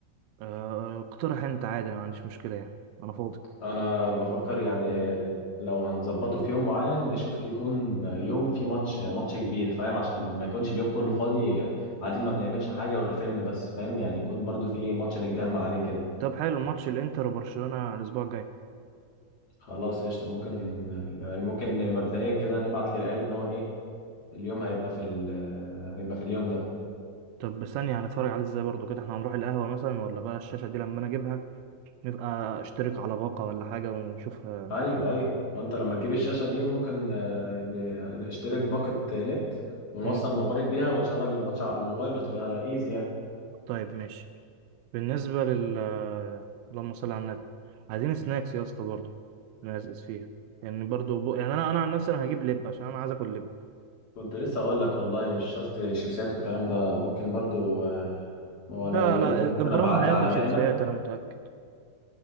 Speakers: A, on the right (about 85°); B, on the left (about 75°).
A: آه، اقترح انت عادي انا ما عنديش مشكله يعني انا فاضي
B: أنا بفكر يعني آه، لو هنظبطه في يوم معين نشوف يكون آه، يوم في ماتش ماتش كبير فاهم عشان ما يكونش اليوم كله فاضي آه، قاعدين ما بنعملش حاجة والفيلم بس فاهم يعني يكون برضو في إيه، ماتش نتجمع عليه كده
A: طب حلو ماتش الانتر وبرشلونه الاسبوع الجاي
B: خلاص قشطة ممكن يعني ممكن مبدئيا كده نبعت للعيال ان هو ايه اليوم هيبقى في ال... هيبقى في اليوم ده
A: طب ثانيه هنتفرج عليه ازاي برضو كده احنا هنروح القهوه مثلا ولا بقى الشاشه دي لما انا اجيبها نبقى اشترك على باقه ولا حاجه ونشوفها
B: ايوه ايوه وانت لما تجيب الشاشة دي ممكن آه، ن- نشترك باقة نت ونوصل
A: مم.
B: موبايل بيها ونشغل الماتش على الموبايل وتبقى ايزي يعني
A: طيب ماشي بالنسبه لل آه، اللهم صل على النبي عايزين سناكس يا اسطى برضو نقزقز فيها يعني برضو ب... يعني انا انا عن نفسي انا هجيب لب عشان انا عايز اكل لب
B: كنت لسه اقول لك والله مش شرط شيبسيات والكلام ده ممكن برضو آه، وانا
A: لا
B: جاي
A: لا
B: لكم ممكن
A: ابرام
B: ابقى اعدي
A: هياكل
B: على مقلة
A: شيبسيات انا متاكد